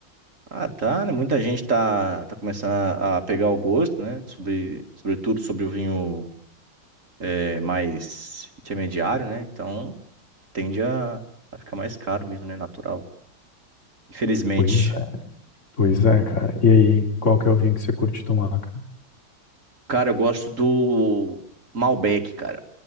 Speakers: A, on the right; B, on the left.
A: Ah, tá, né? Muita gente tá, tá começando a, a pegar o gosto, né? Sobre, sobretudo sobre o vinho é, mais intermediário, né? Então tende a, a ficar mais caro mesmo, né? Natural. Infelizmente.
B: Pois é. Pois é, cara. E aí, qual que é o vinho que você curte tomar, cara?
A: Cara, eu gosto do Malbec, cara.